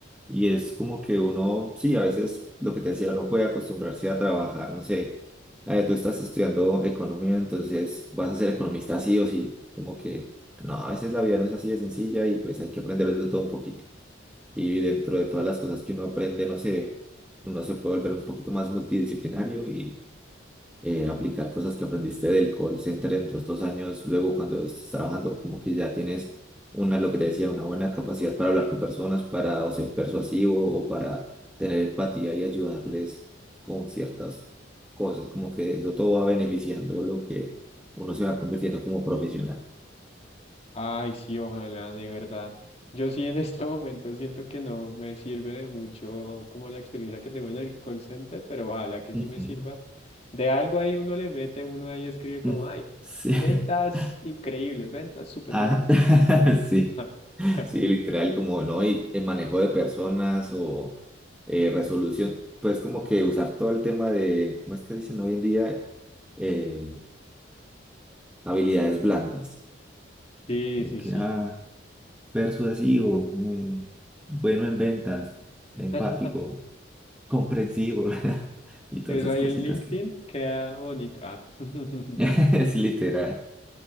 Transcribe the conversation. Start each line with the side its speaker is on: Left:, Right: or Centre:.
Centre: Y es como que uno, sí, a veces lo que te decía, uno puede acostumbrarse a trabajar, no sé, eh, tú estás estudiando economía, entonces vas a ser economista sí o sí, como que... No, a veces la vida no es así de sencilla y pues hay que aprender de todo un poquito. Y dentro de todas las cosas que uno aprende, no sé, uno se puede volver un poquito más multidisciplinario y eh, aplicar cosas que aprendiste del call center en dos, dos años. Luego, cuando estás trabajando, como que ya tienes una, lo que te decía, una buena capacidad para hablar con personas, para o ser persuasivo o para tener empatía y ayudarles con ciertas cosas. Como que eso todo va beneficiando lo que uno se va convirtiendo como profesional.
Left: Ay, sí, ojalá, de verdad. Yo sí en <laughs> este momento siento que no me sirve de mucho como la experiencia que tengo en el call center, pero ojalá que
Centre: Ujú.
Left: sí me sirva. De algo ahí uno le mete, uno ahí escribe como,
Centre: Mm.
Left: ay,
Centre: Sí.
Left: ventas
Centre: <laughs>
Left: increíbles, ventas, super
Centre: Ah,
Left: ventas. <laughs>
Centre: <laughs> sí. Sí, literal, como no, y el manejo de personas o eh, resolución, pues como que usar todo el tema de, ¿cómo es que dicen hoy en día? Eh, habilidades blandas.
Left: Sí,
Centre: Como
Left: sí,
Centre: que,
Left: sí.
Centre: ah, persuasivo, mm, bueno en ventas, empático,
Left: <laughs>
Centre: comprensivo <laughs> y todas
Left: Eso
Centre: esas
Left: ahí
Centre: cositas
Left: en LinkedIn
Centre: que...
Left: queda bonito. Ah. <laughs>
Centre: <laughs> Es literal.